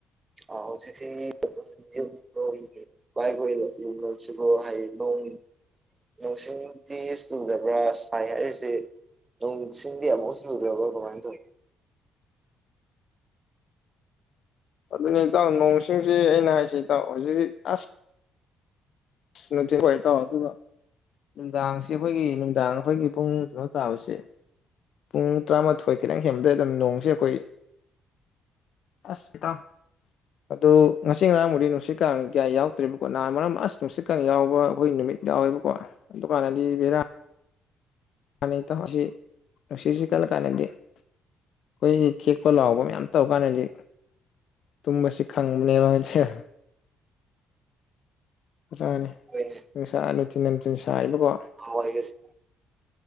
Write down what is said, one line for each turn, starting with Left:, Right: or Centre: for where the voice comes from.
Right: ꯑꯥ ꯍꯧꯖꯤꯛꯁꯤ ꯌꯨꯝ ꯂꯣꯝꯒꯤ <unintelligible> ꯍꯥꯏꯌꯦ ꯅꯣꯡ ꯅꯨꯡꯁꯤꯡꯇꯤ ꯆꯨꯗꯕ꯭ꯔꯥ ꯁꯥꯏ ꯍꯥꯏꯔꯤꯁꯦ ꯅꯣꯡ ꯆꯤꯡꯗꯤ ꯑꯃꯨꯛ ꯐꯧ ꯆꯨꯗꯔ꯭ꯕꯣ ꯀꯃꯥꯏꯅ ꯇꯧꯏ
Left: ꯑꯗꯨꯅꯤ ꯏꯇꯥꯎ ꯅꯣꯡꯆꯤꯡꯁꯤ ꯑꯩꯅ ꯍꯥꯏꯁꯤ ꯏꯇꯥꯎ ꯍꯨꯖꯤꯖꯤꯛ ꯑꯁ <unintelligible> ꯏꯇꯥꯎ ꯑꯗꯨꯒ ꯅꯨꯡꯗꯥꯡꯁꯤ ꯑꯈꯣꯏꯒꯤ ꯅꯨꯡꯗꯥꯡ ꯑꯈꯣꯏꯒꯤ ꯄꯨꯡ ꯀꯩꯅꯣ ꯇꯥꯕꯁꯦ ꯄꯨꯡ ꯇꯔꯥꯃꯥꯊꯣꯏ ꯈꯤꯇꯪ ꯍꯦꯟꯕꯗꯩ ꯑꯗꯨꯝ ꯅꯣꯡꯁꯦ ꯑꯈꯣꯏ ꯑꯁ ꯇꯥ ꯑꯗꯣ ꯉꯁꯤ ꯉꯔꯥꯡꯕꯨꯨꯗꯤ ꯅꯨꯡꯁꯤꯠꯀꯥꯡ ꯀꯌꯥ ꯌꯥꯎꯗ꯭ꯔꯦꯕꯀꯣ ꯅꯍꯥꯟ ꯃꯔꯛ ꯑꯃ ꯑꯁ ꯅꯨꯡꯁꯤꯠꯀꯥꯡ ꯌꯥꯎꯕ ꯑꯈꯣꯏ ꯅꯨꯃꯤꯠ ꯌꯥꯎꯋꯦꯕꯀꯣ ꯑꯗꯨꯀꯥꯟꯅꯗꯤ ꯕꯦꯔꯥ ꯅꯤ ꯏꯇꯥꯎ ꯑꯁꯤ ꯅꯨꯡꯁꯤꯠ ꯁꯤ ꯀꯜꯂꯀꯥꯟꯗꯗꯤ ꯈꯣꯏ ꯈꯦꯛꯄ ꯂꯥꯎꯕ ꯃꯌꯥꯝ ꯇꯧ ꯀꯥꯟꯗꯗꯤ ꯇꯨꯝꯕꯁꯤ ꯈꯪꯕꯅꯦꯕ ꯍꯥꯏꯗꯤ ꯔꯅꯤ
Right: ꯍꯣꯏꯅꯦ
Left: ꯅꯨꯡꯁꯥ ꯅꯨꯡꯊꯤꯟ ꯅꯨꯡꯊꯤꯟ ꯁꯥꯏꯕꯀꯣ
Right: ꯍꯥꯋꯥꯏꯒꯁꯤ